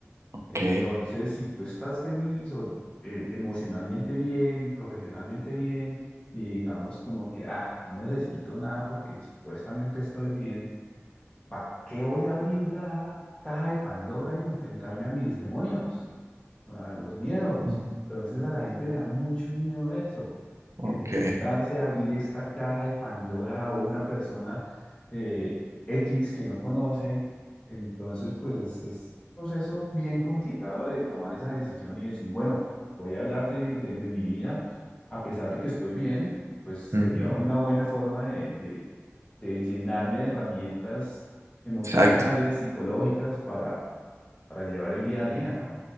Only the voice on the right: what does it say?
Ok,
Mm.
ok,
ujú,
Exacto.